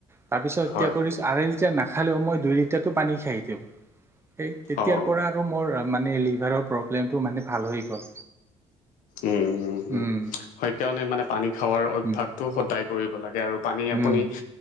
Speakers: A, on the right; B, on the left.
A: তাৰপিছত এতিয়া
B: হয়
A: কৰি আঢ়ৈ লিটাৰ নাখালেও মই দুই লিটাৰটো পানী খাই দিওঁ এই তেতিয়াৰ
B: অঁ
A: পৰা আৰু মোৰ মানে লিভাৰৰ প্ৰব্লেমটো মানে ভাল হৈ গ'ল।
B: উম হুম হুম
A: উম
B: সেইকাৰণে মানে পানী খোৱাৰ অভ্যাসটো
A: উম
B: সদায় কৰিব লাগে আৰু পানী আপুনি
A: উম